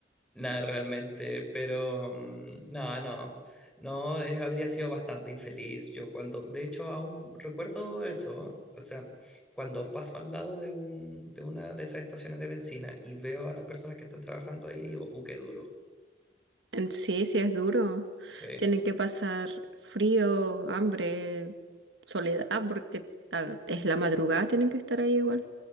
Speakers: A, in the centre; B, on the right (about 75°).
A: Nada realmente, pero mm, no, no, no, eh, habría sido bastante infeliz yo cuando, de hecho, aún recuerdo eso, o sea, cuando paso al lado de un, de una de esas estaciones de bencina y veo a las personas que están trabajando ahí, digo, uh, qué duro.
B: En Sí, sí es duro.
A: Sí,
B: Tienen que pasar frío, hambre, soledad, ah, porque a- es la madrugada, tienen que estar ahí igual.